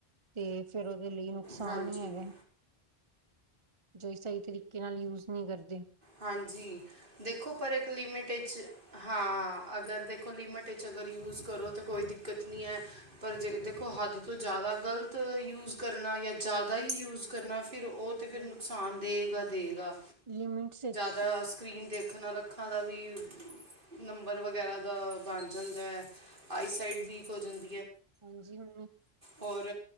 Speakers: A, on the right; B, on the right.
A: ਤੇ ਫਿਰ ਉਹਦੇ ਲਈ ਨੁਕਸਾਨ
B: ਹਾਂਜੀ
A: ਹੀ ਹੈਗਾ। ਜੋ ਸਹੀ ਤਰੀਕੇ ਨਾਲ ਯੂਜ ਨਹੀਂ ਕਰਦੇ।
B: ਹਾਂਜੀ। ਦੇਖੋ ਪਰ ਇੱਕ ਲਿਮਿਟ ਹਾਂ ਅਗਰ ਦੇਖੋ ਲਿਮਟ ਵਿੱਚ ਅਗ ਯੂਜ ਕਰੋ ਤਾਂ ਕੋਈ ਦਿੱਕਤ ਨਹੀਂ ਹੈ ਪਰ ਜੇ ਦੇਖੋ ਹੱਦ ਤੋਂ ਜ਼ਿਆਦਾ ਗਲਤ ਯੂਜ ਕਰਨਾ ਜਾਂ ਜ਼ਿਆਦਾ ਹੀ ਯੂਜ ਕਰਨਾ। ਫਿਰ ਉਹ ਤੇ ਫੇਰ ਨੁਕਸਾਨ ਦੇਗਾ, ਦੇਗਾ।
A: ਲਿਮਿਟਸ ਵਿੱਚ
B: ਦਾ ਸਕਰੀਨ ਦੇਖਣ ਅੱਖਾਂ ਦਾ ਵੀ ਨੰਬਰ ਵਗੈਰਾ ਦਾ ਬਣ ਜਾਂਦਾ ਹੈ ਆਈਸਾਈਡ ਵੀਕ ਹੋ ਜਾਂਦਾ।
A: ਹਾਂਜੀ ਹੁਣ
B: ਔਰ